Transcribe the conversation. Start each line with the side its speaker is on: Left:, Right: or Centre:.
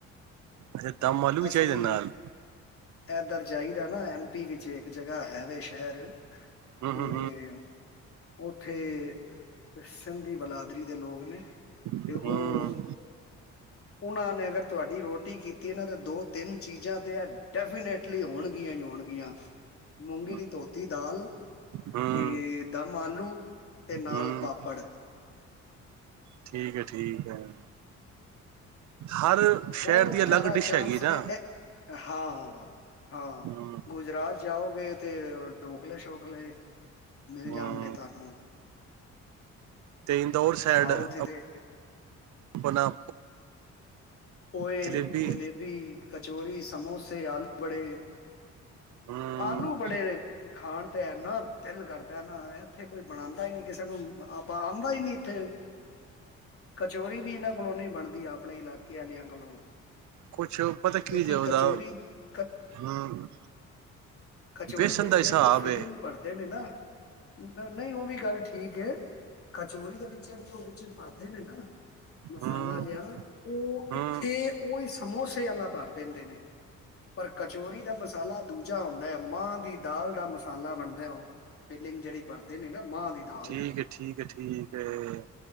Right: ਅੱਛਾ ਦਮ ਆਲੂ ਵੀ
Left: ਅਸੀਂ
Right: ਚਾਹੀਦੇ ਨਾਲ
Left: ਏਧਰ ਜਾਈਦਾ ਨਾ ਐਮ ਪੀ ਵਿੱਚ, ਇੱਕ ਜਗ੍ਹਾ ਹੈਵੇ ਸ਼ਹਿਰ
Right: ਹੂੰ
Left: ਤੇ
Right: ਹੂੰ
Left: ਉੱਥੇ ਗੁੰਦੀ ਬਲਾਤ ਪੱਧਰੀ ਦੇ ਲੋਕ, ਲੋਕ ਨੇ ਅਤੇ
Right: ਹੂੰ
Left: ਉਹ ਉਹਨਾਂ ਨੇ ਅਗਰ ਤੁਹਾਡੀ ਰੋਟੀ ਕੀਤੀ ਨਾਂ ਦੋ-ਤਿੰਨ ਚੀਜ਼ਾਂ ਤੇ ਆ ਡੈਫੀਨੇਟਲੀ ਹੋਣਗੀਆਂ ਹੀ ਹੋਣਗੀਆਂ। ਮੂੰਗੀ
Right: ਹੂੰ
Left: ਦੀ ਧੋਤੀ ਦਾਲ
Right: ਹੂੰ
Left: ਤੇ ਦਮ ਆਲੂ ਤੇ ਨਾਲ
Right: ਹੂੰ
Left: ਪਾਪੜ
Right: ਠੀਕ ਹੈ, ਠੀਕ ਹੈ। ਹਰ
Left: ਬਹੁਤ
Right: ਸ਼ਹਿਰ ਦੀ
Left: ਜ਼ਿਆਦਾ
Right: ਅਲੱਗ ਡਿਸ਼
Left: ਚਾਂਸ
Right: ਹੈਗੀ
Left: ਨੇ,
Right: ਨਾ
Left: ਐ ਹਾਂ। ਹਾਂ
Right: ਹਮ
Left: ਗੁਜਰਾਤ ਜਾਓਗੇ ਤੇ ਡੋਕਲੇ-ਸੌਖਲੇ। ਮਿਲ
Right: ਹਮ
Left: ਜਾਣਗੇ ਤਾਨੂੰ
Right: ਤੇ ਇੰਦੌਰ ਸਾਈਡ
Left: ਸਾਊਥ
Right: ਆਪਣਾ
Left: ਤੇ ਪੋਏ
Right: ਜਲੇਬੀ
Left: ਜਲੇਬੀ, ਕਚੋਰੀ, ਸਮੋਸੇ, ਆਲੂ ਬੜੇ,
Right: ਹਮ
Left: ਆਲੂ ਬੜੇ ਖਾਣ ਤੇ ਇਨਾ ਦਿਲ ਕਰਦਾ ਨਾ ਇੱਥੇ ਕੋਈ ਬਣਾਦਾ ਹੀ ਨਹੀ ਕਿਸੇ ਨੂੰ, ਆਪਾਂ, ਆਦਾ ਹੀ ਨਹੀਂ ਇੱਥੇ ਕਚੋਰੀ ਵੀ ਇਹਨਾਂ ਕਲੋ ਨੀ ਬਣਦੀ ਆ ਆਪਣੇ ਕਿਆਂ ਕੋਲੋਂ,
Right: ਕੁਛ ਪਤਾ ਕੀ
Left: ਕਿਉਂਕਿ
Right: ਜੇ ਉਹਦਾ
Left: ਕਚੋਰੀ -ਕ
Right: ਹਮ
Left: -ਕਚੋਰੀ
Right: ਵੇਸਣ
Left: ਦੇ ਵਿੱਚ
Right: ਦਾ ਹਿਸਾਬ
Left: ਜਿਹੜੀ ਉਹ ਫੀਲਿੰਗ
Right: ਏ
Left: ਭਰਦੇ ਨੇ ਨਾ ਨਹੀਂ ਉਹ ਵੀ ਗੱਲ ਠੀਕ ਹੈ। ਕਚੋਰੀ ਦੇ ਵਿੱਚ ਜਿਹੜੇ ਉਹਦੇ ਭਰਦੇ ਨੇ ਨਾ, ਮਸਾਲਾ
Right: ਹਮ
Left: ਜਿਹਾ ਉਹ
Right: ਹਮ
Left: ਇੱਥੇ ਉਹ ਸਮੋਸੇ ਵਾਲਾ ਭਰ ਦਿੰਦੇ ਨੇ ਪਰ ਕਚੋਰੀ ਦਾ ਮਸਾਲਾ ਦੂਜਾ ਹੁੰਦਾ ਹੈ ਮਾਂ ਦੀ ਦਾਲ ਦਾ ਮਸਾਲਾ ਬਣਦਾ ਉਹ ਫੀਲਿੰਗ ਜਿਹੜੀ ਭਰਦੇ ਨੇ ਨਾ ਮਾਂ ਦਾਲ
Right: ਠੀਕ
Left: ਦੀ
Right: ਹੈ ਠੀਕ ਹੈ ਠੀਕ ਹੈ